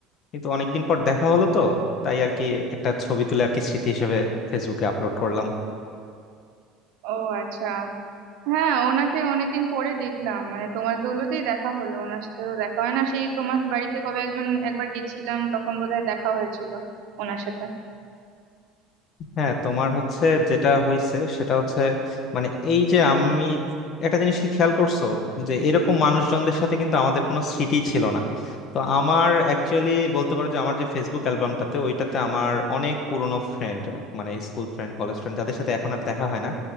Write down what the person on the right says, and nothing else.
ও আচ্ছা হ্যাঁ ওনাকে অনেকদিন পরে দেখলাম মানে তোমার দৌলতেই দেখা হলো ওনার সাথে তো দেখা হয় না সেই তোমার বাড়িতে কবে একজন একবার গেছিলাম তখন বোধহয় দেখা হয়েছিল ওনার সাথে